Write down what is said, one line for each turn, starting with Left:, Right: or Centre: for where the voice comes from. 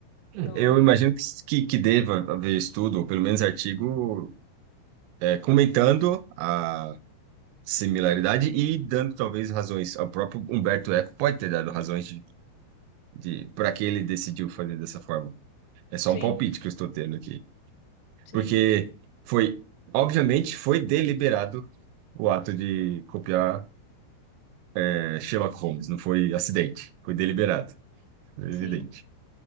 Left: Do...
Right: eu imagino que, que, que deva haver estudo, ou pelo menos artigo, é, comentando a similaridade e dando talvez razões. O próprio Humberto Eco pode ter dado razões de, de para que ele decidiu fazer dessa forma. É só
Left: Sim,
Right: um palpite que eu estou tendo aqui.
Left: sim,
Right: Porque foi, obviamente, foi deliberado o ato de copiar é, Sherlock Holmes, não foi acidente, foi deliberado, evidente.
Left: sim.